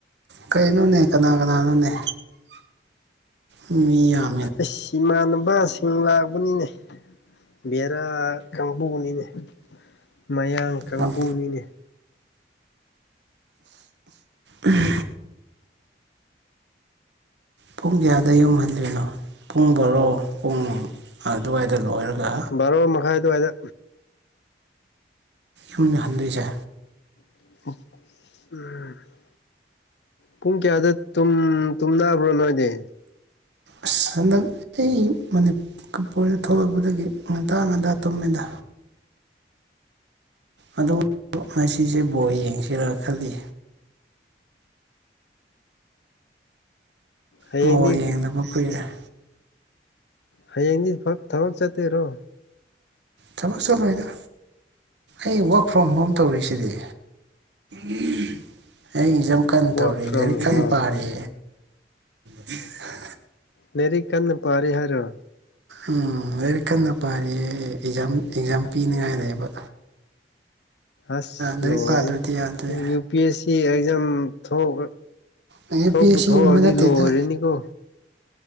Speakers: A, on the right; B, on the left.
A: ꯀꯩꯅꯣꯅꯦ ꯀꯅꯥ ꯀꯅꯥꯅꯣꯅꯦ ꯃꯤ ꯌꯥꯝ
B: ꯑꯁ ꯏꯃꯥꯟꯅꯕꯁꯤꯡ ꯂꯥꯛꯕꯅꯤꯅꯦ ꯕ‌ꯦꯔꯥ ꯀꯥꯡꯕꯨꯅꯤꯅꯦ ꯃꯌꯥꯡ ꯀꯥꯡꯕꯨꯅꯤꯅꯦ
A: ꯅꯪ ꯎꯝ <unintelligible> ꯄꯨꯡ ꯀꯌꯥꯗ ꯌꯨꯝ ꯍꯟꯗꯣꯏꯅꯣ ꯄꯨꯡ ꯕꯥꯔꯣ ꯄꯨꯡ ꯑꯗꯨꯋꯥꯏꯗ ꯂꯣꯏꯔꯒ
B: ꯕꯥꯔꯣ ꯃꯈꯥꯏ ꯑꯗꯨꯋꯥꯏꯗ
A: ꯌꯨꯝꯗ ꯍꯟꯗꯣꯏꯁꯦ
B: <unintelligible> ꯄꯨꯡ ꯀꯌꯥꯗ ꯇꯨꯝ ꯇꯨꯝꯅꯕ꯭ꯔꯣ ꯅꯣꯏꯗꯤ
A: ꯑꯁ ꯍꯟꯗꯛ ꯑꯩ ꯃꯅꯤ ꯀꯄꯨꯔ ꯊꯣꯛꯂꯛꯄꯗꯒꯤ ꯉꯟꯇꯥ ꯉꯟꯇꯥ ꯇꯨꯝꯃꯦꯗ ꯑꯗꯨ ꯉꯁꯤꯁꯦ ꯕꯣꯜ ꯌꯦꯡꯁꯤꯔꯥ ꯈꯜꯂꯤ
B: ꯍꯌꯦꯡꯗꯤ
A: ꯕ‌ꯣꯜ ꯌꯦꯡꯗꯕ ꯀꯨꯏꯔ <unintelligible>
B: ꯍꯌꯦꯡꯗꯤ ꯏꯐꯛ ꯊꯕꯛ ꯆꯠꯇꯣꯏꯔꯣ
A: ꯊꯕꯛ ꯆꯠꯂꯣꯏꯗ ꯑꯩ ꯋꯥꯔ꯭ꯛ ꯐ꯭ꯔꯣꯝ ꯍꯣꯝ ꯇꯧꯔꯤꯁꯤꯗꯤ ꯑꯩ ꯑꯦꯛꯖꯝ ꯀꯟ
B: ꯋꯥꯔꯛ
A: ꯇꯧꯔꯤ
B: ꯐ꯭ꯔꯣꯝ
A: ꯂꯥꯏꯔꯤꯛ ꯀꯟ
B: ꯍꯣꯝ
A: ꯄꯥꯔꯤ <unintelligible>
B: ꯂꯩꯔꯤꯛ ꯀꯟꯅ ꯄꯥꯔꯤ ꯍꯥꯏꯔꯣ
A: ꯎꯝ ꯂꯩꯔꯤꯛ ꯀꯟꯅ ꯄꯥꯔꯤꯌꯦ ꯑꯦꯛꯖꯥꯝ ꯑꯦꯛꯖꯥꯝ ꯄꯤꯅꯥꯉꯥꯏ ꯂꯩꯕ
B: ꯑꯁ
A: ꯂꯥꯏꯔꯤꯛ
B: ꯂ‌ꯣꯏꯔꯦ
A: ꯄꯥꯗ꯭ꯔꯗꯤ ꯌꯥꯗ꯭ꯔꯦ
B: U P S C exam ꯊꯣꯛ
A: ꯌꯨ
B: ꯊꯣꯛꯄꯨ
A: ꯄꯤ ꯑꯦꯁ
B: ꯊꯣꯛꯑꯗꯤ
A: ꯁꯤꯒꯨꯝꯕ ꯅꯠꯇꯦꯗ
B: ꯂꯣꯏꯔꯅꯤꯀꯣ